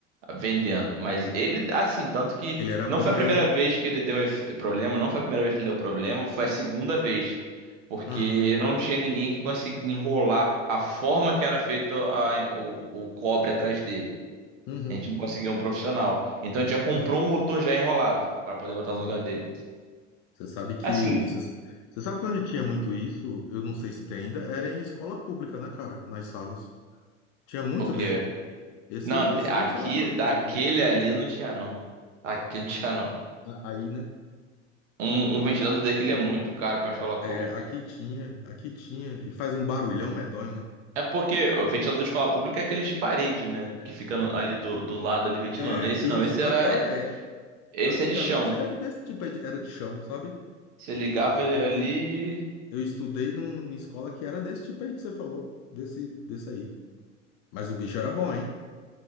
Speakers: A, on the right; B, on the left.
A: ah, vendendo. Mas ele, assim, tanto que
B: Ele era
A: não
B: bom
A: foi
B: mesmo,
A: a primeira
B: hein?
A: vez que ele deu efe- problema, não foi a primeira vez que ele deu problema, foi a segunda vez. Porque
B: Ah,
A: não tinha ninguém que conseguia enrolar a forma que era feito a- o, o cobre atrás dele.
B: uhum,
A: A gente não conseguia um profissional. Então a gente já comprou
B: ah,
A: um motor já enrolado para poder botar
B: sim.
A: no lugar dele.
B: Você sabe que.
A: Assim,
B: Você você sabe que onde tinha muito isso, eu não sei se tem ainda, era em escola pública, né, cara? Nas salas. Tinha muito
A: ok.
B: dele. Esse,
A: Não,
B: esse
A: de- aqui,
B: ventilador
A: daquele
B: aí que você falou.
A: ali não tinha, não. Aqui não tinha, não.
B: A- Aí, né?
A: Um, um ventilador daquele é muito caro pra escola pública.
B: É, aqui tinha, aqui tinha. E faz um barulhão medonho, né?
A: É porque o ventilador de escola pública é aqueles de parede, né? Que fica no- ali do, do lado ali ventilando.
B: É,
A: Esse
B: isso.
A: não, esse
B: Agora
A: era.
B: é.
A: Esse
B: Antigamente
A: é de chão.
B: era desse tipo aí, de- era de chão, sabe?
A: Você ligava ele
B: Eu,
A: ali.
B: eu, eu estudei num- numa escola que era desse tipo aí que você falou. Desse, desse aí. Mas o bicho era bom, hein?